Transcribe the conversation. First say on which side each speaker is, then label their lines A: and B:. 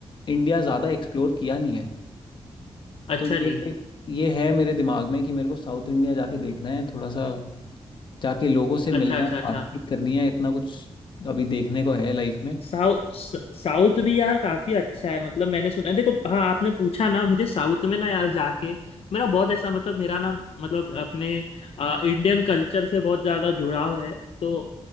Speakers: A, on the left; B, on the left.
A: इंडिया ज़्यादा एक्सप्लोर किया नहीं है
B: अच्छा
A: तो ये
B: जी
A: ये है मेरे दिमाग में कि मेरे को साउथ इंडिया जाके देखना है थोड़ा सा जाके लोगों से मिलना
B: अच्छा अच्छा
A: है
B: अच्छा
A: बातचीत करनी है इतना कुछ अभी देखने को है लाइफ में
B: साउथ साउथ भी यार काफी अच्छा है मतलब मैंने सुना है देखो हाँ आपने पूछा ना मुझे साउथ में ना यार जाके मेरा बहुत ऐसा मतलब मेरा ना मतलब अपने इंडियन कल्चर से बहुत ज्यादा जुड़ाव है तो